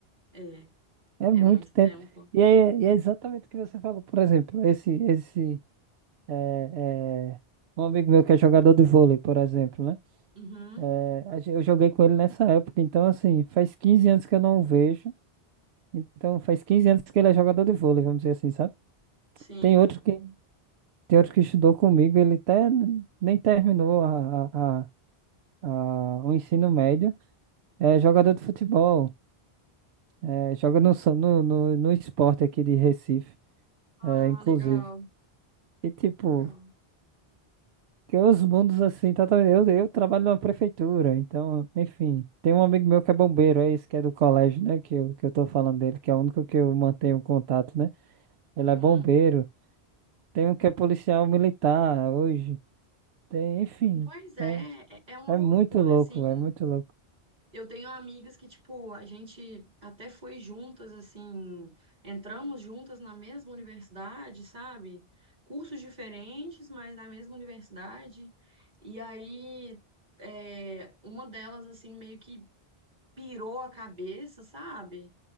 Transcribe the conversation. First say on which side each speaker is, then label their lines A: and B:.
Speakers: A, on the right (about 50°); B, on the right (about 80°).
A: É,
B: É
A: é
B: muito
A: muito
B: tempo.
A: tempo.
B: E é, e é exatamente o que você falou, por exemplo, esse, esse, é, é, um amigo meu que é jogador de vôlei, por exemplo, né?
A: Uhum,
B: É, a gen- eu joguei com ele nessa época, então assim, faz 15 anos que eu não o vejo. Então faz 15 anos que ele é jogador de vôlei, vamos dizer assim, sabe?
A: sim.
B: Tem outro que, tem outro que estudou comigo, ele até n- nem terminou a, a, a- a- o ensino médio. É jogador de futebol, é, joga no, Sa- no, no, no esporte aqui de Recife,
A: Ah,
B: é, inclusive.
A: legal,
B: E tipo,
A: legal.
B: Porque os mundos assim, totalmente. Eu, eu trabalho numa prefeitura, então, enfim. Tem um amigo meu que é bombeiro, é isso que é do colégio, né? Que eu, que eu tô falando dele, que é o único que eu mantenho contato, né? Ele
A: Uhum.
B: é bombeiro. Tem um que é policial militar hoje. Tem, enfim.
A: Pois é,
B: É,
A: é é uma
B: é
A: loucura,
B: muito louco,
A: assim.
B: é muito louco.
A: Eu tenho amigas que, tipo, a gente até foi juntas, assim, entramos juntas na mesma universidade, sabe? Cursos diferentes, mas na mesma universidade. E aí, é, uma delas, assim, meio que pirou a cabeça, sabe?